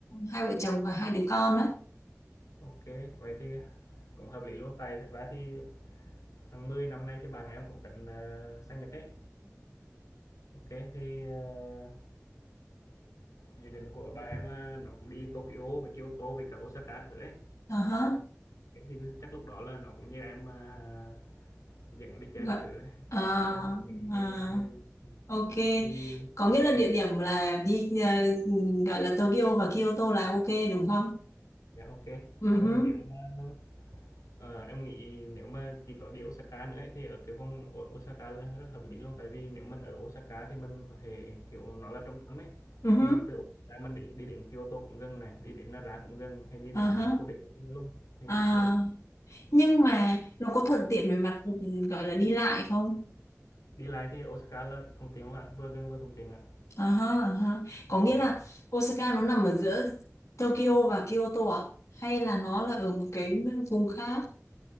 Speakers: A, on the left; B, on the left.
A: hai vợ chồng và hai đứa con á.
B: OK, vậy thì cũng hợp lý luôn. Tại thật ra thì tháng 10 năm nay thì bạn em cũng tính ờ, sang Nhật ấy. OK, thì ờ, dự định của bạn em là nó cũng đi Tokyo, với Kyoto, với cả Osaka các thứ ấy.
A: Uh-huh.
B: Thế thì chắc lúc đó là nó cũng như em ờ, dẫn nó đi chơi
A: Vâng.
B: các thứ đấy.
A: À,
B: <laughs> Ngay-
A: à,
B: ngay-
A: ok.
B: thì
A: Có
B: ok
A: nghĩa là địa điểm là đi ờ, gọi là Tokyo và Kyoto là ok đúng không?
B: dạ ok
A: Ừ
B: hoặc
A: huh
B: là nếu mà Ờ, em nghĩ nếu mà chỉ có đi Osaka nữa ấy, thì ở cái vùng O- Osaka là rất hợp lý luôn tại vì nếu mình ở Osaka thì mình có thể kiểu nó là trung tâm ấy
A: ừ huh
B: thì từ Osaka mình đi, đi đến Kyoto cũng gần này đi đến Nara cũng gần hay đi đến
A: À, ha.
B: à, Kobe cũng gần luôn thì
A: à,
B: vâng
A: nhưng mà nó có thuận tiện về mặt ừ, gọi là đi lại không?
B: đi lại thì Osaka là thuận tiện ạ vừa gần vừa thuận tiện ạ
A: À, ha, à, ha. Có nghĩa
B: dạ
A: là Osaka nó nằm ở giữa Tokyo và Kyoto à? Hay là nó là ở một cái vùng khác?